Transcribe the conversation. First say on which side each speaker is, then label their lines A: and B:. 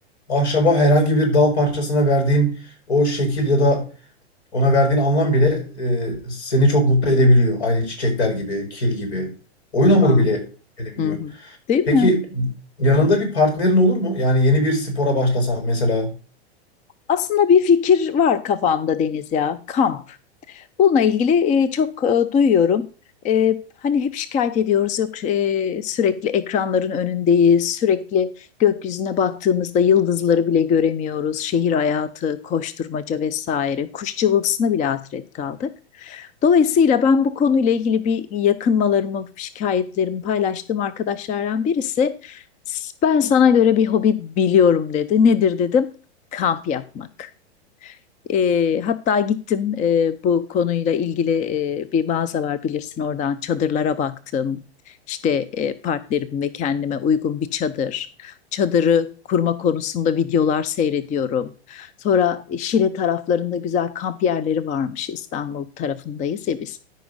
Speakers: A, on the left (about 70°); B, on the left (about 20°).
A: ahşaba herhangi bir dal parçasına verdiğin o şekil ya da ona verdiğin anlam bile e, seni çok mutlu edebiliyor. Aynı çiçekler gibi, kil gibi. Oyun hamuru
B: Aa,
A: bile edebiliyor.
B: Hı hı. Değil
A: Peki
B: mi?
A: yanında bir partnerin olur mu? Yani yeni bir spora başlasan mesela.
B: Aslında bir fikir var kafamda Deniz ya. Kamp. Bununla ilgili e, çok e, duyuyorum. E, hani hep şikayet ediyoruz yok e, sürekli ekranların önündeyiz, sürekli gökyüzüne baktığımızda yıldızları bile göremiyoruz, şehir hayatı, koşturmaca vesaire, kuş cıvıltısına bile hasret kaldık. Dolayısıyla ben bu konuyla ilgili bir yakınmalarımı, şikayetlerimi paylaştığım arkadaşlardan birisi, ben sana göre bir hobi biliyorum dedi. Nedir dedim? Kamp yapmak. E, hatta gittim e, bu konuyla ilgili e, bir mağaza var bilirsin oradan çadırlara baktım. İşte e, partnerim ve kendime uygun bir çadır. Çadırı kurma konusunda videolar seyrediyorum. Sonra Şile taraflarında güzel kamp yerleri varmış. İstanbul tarafındayız ya biz.